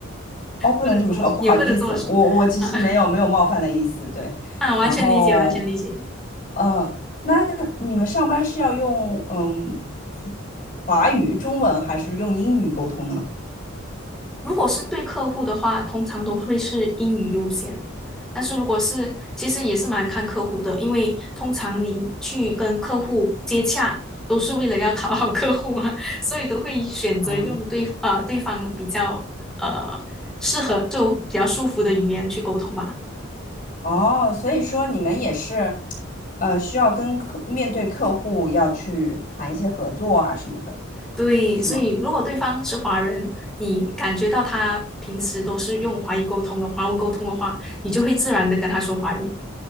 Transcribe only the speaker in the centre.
不能这么说，
也不能这么说，
<laughs> 啊
啊，完全理解，
完全理解。
如果是对客户的话，通常都会是英语优先。但是如果是，其实也是蛮看客户的，因为通常你去跟客户接洽，都是为了要讨好客户啊，<laughs> 所以都会选择用对呃对方比较呃适合就比较舒服的语言去沟通嘛。
对，
所以如果对方是华人，你感觉到他平时都是用华语沟通的，华文沟通的话，你就会自然的跟他说华语。